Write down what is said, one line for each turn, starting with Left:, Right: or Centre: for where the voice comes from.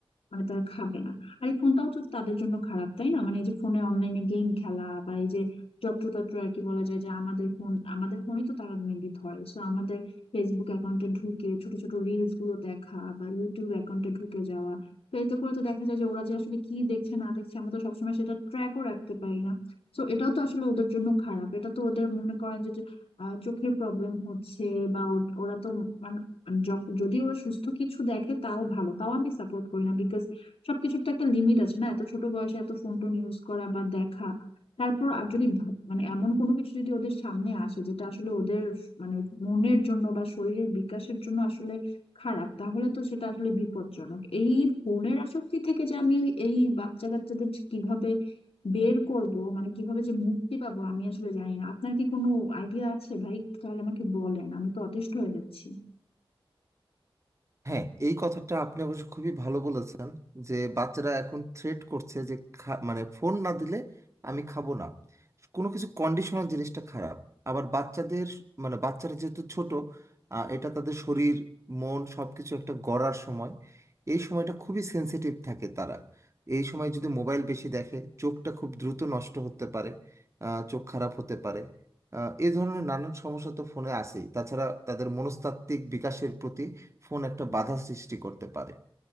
Left: মানে তারা খাবে না আর এই ফোনটাও তো তাদের জন্য খারাপ তাই না মানে এই যে ফোনে অনলাইনে গেম খেলা বা এই যে যত্রতত্র আর কি বলা যায় যে আমাদের ফোন আমাদের ফোনই তো তারা মেনলি ধরে সো আমাদের ফেসবুক অ্যাকাউন্টে ঢুকে ছোট ছোট রিলস গুলো দেখা বা ইউটিউব অ্যাকাউন্টে ঢুকে যাওয়া তো এতে করে তো দেখা যায় যে ওরা যে আসলে কি দেখছে না দেখছে আমরা তো সবসময় সেটা ট্র্যাকও রাখতে পারি না তো এটাও তো আসলে ওদের জন্য খারাপ এটা তো ওদের মনে করেন যে যে, আহ, চোখের প্রবলেম হচ্ছে বা ও- ওরা তো মানে যখন যদি ওরা সুস্থ কিছু দেখে তাও ভালো তাও আমি সাপোর্ট করি না বিকজ সবকিছুর তো একটা লিমিট আছে না এত ছোট বয়সে এত ফোন টোন ইউজ করা বা দেখা তারপর আর যদি ভাব- মানে এমন কোনো কিছু যদি ওদের সামনে আসে যেটা আসলে ওদের মানে মনের জন্য বা শরীরের বিকাশের জন্য আসলে খারাপ তাহলে তো সেটা আসলে বিপজ্জনক এই ফোনের আসক্তি থেকে যে আমি এই বাচ্চা কাচ্চাদের যে কিভাবে বের করব মানে কিভাবে যে মুক্তি পাবো আমি আসলে জানি না আপনার কি কোনো আইডিয়া আছে ভাই তাহলে আমাকে বলেন আমি তো অতিষ্ঠ হয়ে যাচ্ছি
Right: হ্যাঁ এই কথাটা আপনি অবশ্য খুবই ভালো বলেছেন যে বাচ্চারা এখন থ্রেট করছে যে খা- মানে ফোন না দিলে আমি খাবো না কোনো কিছু কন্ডিশনাল জিনিসটা খারাপ আবার বাচ্চাদের মানে বাচ্চারা যেহেতু ছোট আহ, এটা তাদের শরীর মন সবকিছু একটা গড়ার সময় এই সময়টা খুবই সেনসিটিভ থাকে তারা এই সময় যদি মোবাইল বেশি দেখে চোখটা খুব দ্রুত নষ্ট হতে পারে আহ, চোখ খারাপ হতে পারে আহ, এই ধরনের নানান সমস্যা তো ফোনে আসেই তাছাড়া তাদের মনস্তাত্ত্বিক বিকাশের প্রতি ফোন একটা বাধা সৃষ্টি করতে পারে